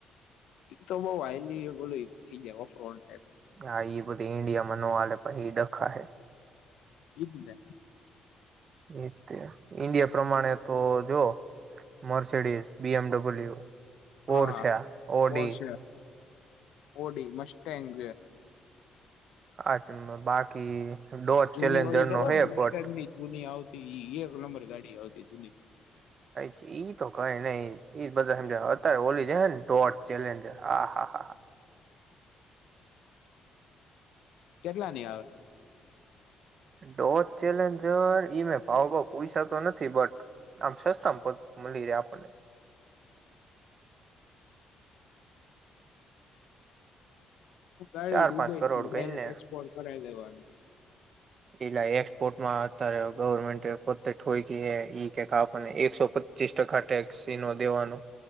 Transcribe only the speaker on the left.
ઈ તો બઉ હાયલી બોલુ થઈ જાય ઓફ રોડ ટાઈપ
ઈ જ ને
હા
પોર્સ છે ઓડી મસ્ટેંગ
જૂની
ઓલી
ખબર
મસ્ટેંગની
જૂની આવતી એક નંબર ગાડી આવતી જૂની
કેટલાની આવે
હું ગાડી
દુબઈ
થી ડાયરેક્ટ
એક્સપોર્ટ કરાવી દેવાની